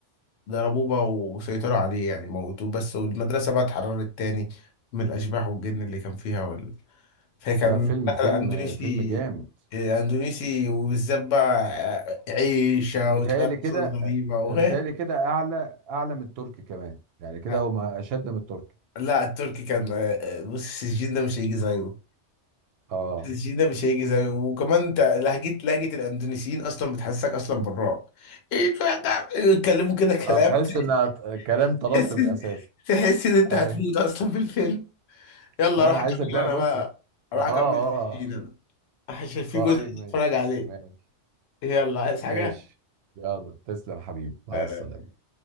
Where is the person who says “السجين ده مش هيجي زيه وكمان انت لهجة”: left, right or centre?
Left